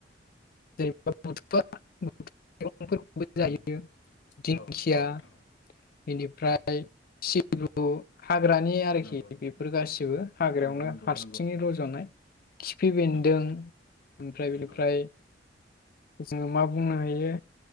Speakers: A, on the left; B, on the left.
A: <unintelligible> बिफांफोरखौबो जायो
B: उम
A: दिंखिया
B: औ औ नोंथां
A: बेनिफ्राय
B: औ
A: <unintelligible> हाग्रानि आरोखि
B: नंगौ नंगौ
A: बेफोर गासिबो हाग्रायावनो
B: नंगौ नंगौ
A: हारसिङै
B: नंगौ नोंथां
A: रज'नाय खिफि बेन्दों
B: नंगौ
A: ओमफ्राय
B: नंगौ
A: बेनिफ्राय
B: नोंथां
A: जोङो मा बुंनो हायो